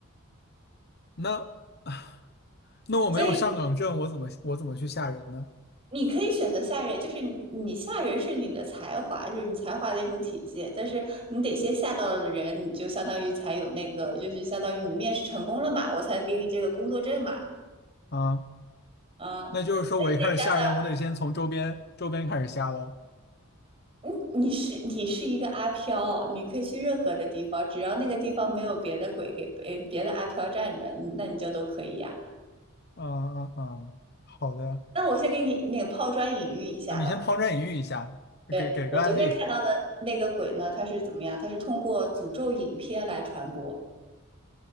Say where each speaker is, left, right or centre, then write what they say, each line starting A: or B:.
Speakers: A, on the left; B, on the right.
A: <laughs> 那 <sighs> 那我没有上岗证，
B: 所以
A: 我怎么我怎么去吓人呢？
B: 你可以选择吓人，就是你你吓人是你的才华，就是你才华的一种体现。但是你得先吓到了人，你就相当于才有那个，就是相当于你面试成功了嘛，我才给你这个工作证嘛，
A: 啊，
B: 啊、
A: 那就是说我一开始吓人，
B: 所以你得想
A: 我得先从周边周边开始吓喽。
B: 想，嗯，你是你是一个阿飘，你可以去任何的地方，只要那个地方没有别的鬼给别别的阿飘站着，嗯那你就都可以呀、
A: 啊啊啊，好的。
B: 那我先给你那个抛砖引玉一下吧。
A: 啊，你先抛砖引玉一下，
B: 对，
A: 给给个案例，
B: 我昨天看到的那个鬼呢，它是怎么样？它是通过诅咒影片来传播。